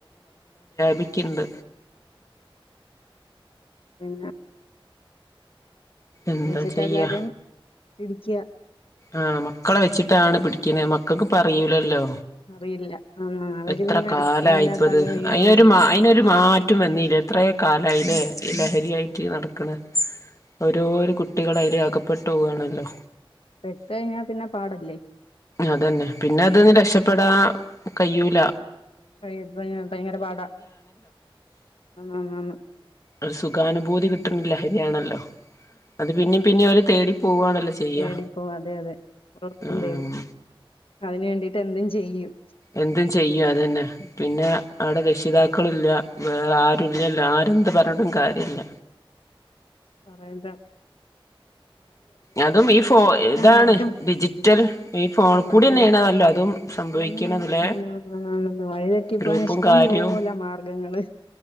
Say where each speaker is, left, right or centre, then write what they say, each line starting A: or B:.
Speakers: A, on the left; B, on the left.
A: വിക്ക്ണ്ട്
B: പിന്നെ
A: എന്താ
B: ചോദിച്ചിട്ട്
A: ചെയ്യാ
B: എല്ലാരും. ഇടിക്ക്യാ
A: ആഹ് മക്കളെ വെച്ചിട്ടാണ് പിടിക്ക്ണേ മക്കൾക്കിപ്പറിയൂലല്ലോ
B: അറിയില്ല. ആഹ് അവര്
A: എത്ര
B: പിന്നെ
A: കാലായിപ്പത്
B: അതിനകത്ത് അങ്ങ് വീഴുകയും
A: അയിനൊരു
B: ചെയ്യും.
A: അയിനൊരു മാറ്റം വന്നില്ല എത്രേ കാലായില്ലേ? ലഹരിയായിട്ട്
B: അതെ.
A: നടക്ക്ണ് ഓരോരു കുട്ടികള് അതിൽ അകപ്പെട്ടു പോവാണല്ലോ?
B: പെട്ട് കഴിഞ്ഞാ പിന്നെ പാടല്ലേ?
A: അതന്നെ പിന്നെ അതീന്ന് രക്ഷപെടാൻ കഴിയൂല
B: <unintelligible> ഭയങ്കര പാടാ ഉം
A: ഒരു സുഖാനുഭൂതി കിട്ടുന്ന ലഹരിയാണ്. അത് പിന്നേം പിന്നേം അവര് തേടി പോവാണല്ലോ ചെയ്യാ
B: തേടിപ്പോവും. അതെ അതെ. ഉറക്കം
A: ഉം
B: തേടും. അതിന് വേണ്ടിട്ട് എന്തും ചെയ്യും
A: എന്തും ചെയ്യും അതന്നെ പിന്നെ അവിടെ രക്ഷിതാക്കളും ഇല്ല വേറെ ആരുല്ലല്ലോ ആരെന്ത് പറഞ്ഞിട്ടും കാര്യല്ല.
B: പറയണ്ടേ
A: അതും ഈ ഫോ ഇതാണ്
B: മാർഗം
A: ഡിജിറ്റൽ ഈ ഫോണിൽ കൂടി
B: ആഹ്
A: തന്നെയാണല്ലോ അതും സംഭവിക്കണത്
B: ആന്നാന്ന്
A: ലേ
B: ആന്നാന്നാന്നാന്ന് വഴിതെറ്റിപ്പോവാൻ
A: ഗ്രൂപ്പും
B: ഇഷ്ടം
A: കാര്യവും
B: പോലെ മാർഗങ്ങള്.